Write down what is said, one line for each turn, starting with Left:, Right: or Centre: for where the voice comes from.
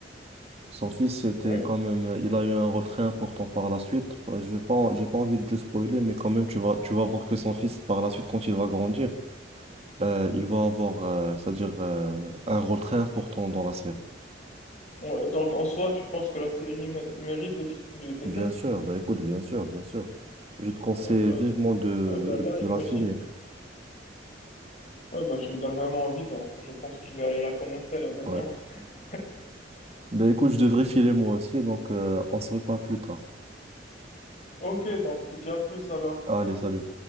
Right: Son fils, c'était
Left: oui.
Right: quand même, euh, il a eu un rôle très important par la suite. Ouais, Je vais pas, j'ai pas envie de te spoiler, mais quand même, tu vas, tu vas voir que son fils, par la suite, quand il va grandir, euh, il va avoir, euh, c'est-à-dire, euh, un rôle très important dans la série.
Left: Ouais, donc en soi, tu penses que la série mé- mérite d'être vue, c'est
Right: Bien
Left: ça?
Right: sûr, bah écoute, bien sûr, bien sûr. Je te conseille
Left: Ouais, bah,
Right: vivement de,
Left: ouais, bah là,
Right: de
Left: imagine.
Right: la finir.
Left: Ouais, bah tu me donnes vraiment envie, donc je pense que je vais aller la commencer là maintenant.
Right: Ouais.
Left: <laughs>
Right: Bah écoute, je devrais filer moi aussi, donc euh, on se reparle plus tard.
Left: Ok, donc je te dis à plus alors.
Right: Allez, salut.